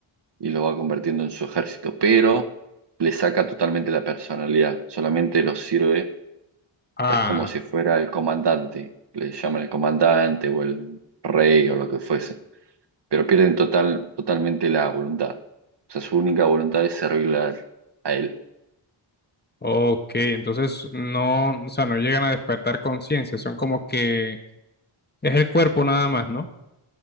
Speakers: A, on the right; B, on the left.
A: y los va convirtiendo en su ejército, pero le saca totalmente la personalidad, solamente los sirve,
B: Ah,
A: es como si fuera el comandante, le llaman el comandante o el rey o lo que fuese pero pierden total, totalmente la voluntad. O sea, su única voluntad es servirle a, a él.
B: ok, entonces no, o sea, no llegan a despertar conciencia, son como que es el cuerpo nada más, ¿no?